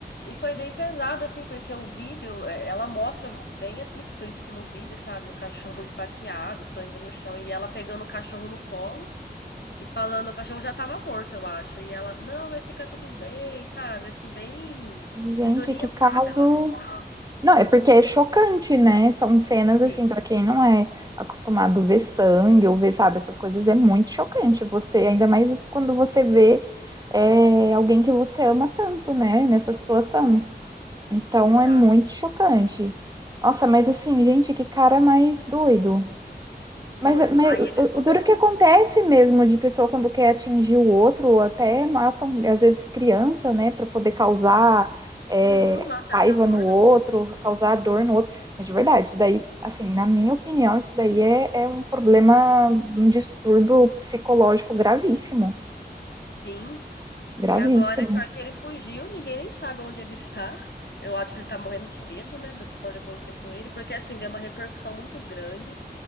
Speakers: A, on the left (about 80°); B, on the right (about 20°).
A: e foi bem pesado, assim, porque o vídeo, eh, ela mostra bem assim, explícito no vídeo, sabe? O cachorro <laughs> esfaqueado, sangue no chão, e ela pegando o cachorro no colo e falando, o cachorro já tava morto, eu acho. E ela, não, vai ficar tudo bem, sabe? Assim, bem
B: Gente,
A: desorientada
B: que caso
A: ela estava.
B: Não, é porque é chocante, né? São cenas
A: Sim,
B: assim, pra quem não é acostumado a ver sangue ou ver, sabe, essas coisas, é muito chocante. Você, ainda mais quando você vê é, alguém que você ama tanto, né, nessa situação.
A: hum,
B: Então
A: exato.
B: é muito chocante. Nossa, mas assim, gente, que cara mais doido.
A: Doido.
B: Mas, eh, mas
A: Aí ele
B: o,
A: sumiu.
B: o duro que acontece mesmo de pessoa quando quer atingir o outro, ou até matam, às vezes, criança, né, para poder causar é,
A: Uhum, uma certa
B: raiva
A: dor
B: no outro,
A: na pessoa.
B: causar dor no outro. Mas de verdade, isso daí, assim, na minha opinião, isso daí é, é um problema, um distúrbio psicológico gravíssimo,
A: Sim.
B: gravíssimo.
A: E agora, pior que ele fugiu, ninguém nem sabe onde ele está. Eu acho que ele tá morrendo de medo, né, do que pode acontecer com ele, porque assim, deu uma repercussão muito grande.